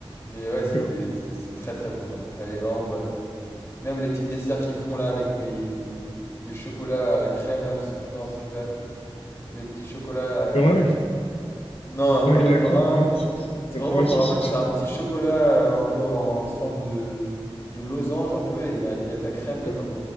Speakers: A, on the left (about 30°); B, on the left (about 85°).
A: Mais ouais, c'était,
B: d'accord.
A: c'est très très bon là-bas. Elle est vraiment bonne. Même les petits desserts qu'ils font là avec les Les chocolats à la crème, là, je sais plus comment ça s'appelle. Tu des petits chocolats euh,
B: Meringue
A: avec... Non,
B: Vaincre
A: pas les
B: la
A: meringues.
B: crème? Non, c'est pas ça.
A: C'est
B: Faut être
A: vraiment,
B: loin
A: je
B: de
A: me
B: sa
A: rappelle,
B: société.
A: c'est un petit chocolat euh, un peu en forme de, de losange, un peu, et il y a, il y a de la crème dedans.
B: D'accord.